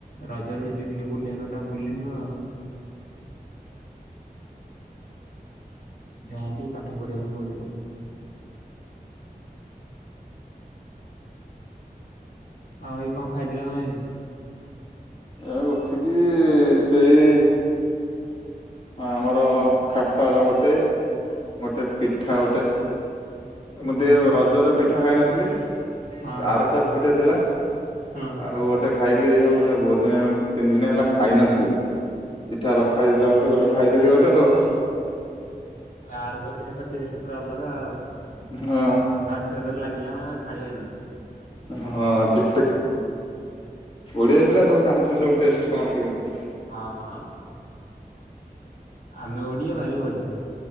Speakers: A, on the left (about 60°); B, on the left (about 35°).
A: ରଜରେ ଯେତିକ ଦିନି ବୁଲିବା କଥା ବୁଲିନୁ ଆଉ। ଯାଆନ୍ତି ପାଠ ପଢ଼ିବା ପାଇଁ ପଡିବ। ଆଉ ଭାଇ କଣ ଖାଇଥିଲ ତମେ ଆଜି?
B: ଏ ଉଠିକି ସେଇ ଆମର ଖାସ୍ତା ଗଜା ଗୋଟେ ଗୋଟେ ପିଠା ଗୋଟେ। <unintelligible>
A: ଓହୋ।
B: ରଜରେ ପିଠା ଖାଇନଥିଲି।
A: ହଁ ହଁ
B: ଆରଶା ପିଠା ଥିଲା
A: ହଁ।
B: ଆଉ ଗେ ଖାଇଲି ଦେ ବହୁତ୍ ଦିନ ହେଲା ତିନି ଦିନ ହେଲା ଖାଇନଥିଲି, ପିଠା ରଖା ହେଇଥିଲା ଗୋଟେ ଗୋଟେ-ଗୋଟେ ଖାଇଦେଲି ଗୋଟେ ଆଉ।
A: ଆରସା ପିଠା ତା ଟେଷ୍ଟ ପୁରା ଅଲଗା ଆଉ।
B: ହଁ।
A: ପାଟିରେ ଥରେ ଲାଗିଲା ମାନେ ଆଉ ଛାଡିିବାର ନାହିଁ।
B: ହଁ ଠିକ୍-ଠିକ୍, ଓଡିଆ ପିଲା ସବୁ ଜାଣିଛନ୍ତି ସବୁ ଟେଷ୍ଟ। କଣ କେମିତି।
A: ହଁ-ହଁ। ଆମେ ଓଡିଆ ଭାରି ବଢ଼ିଆ।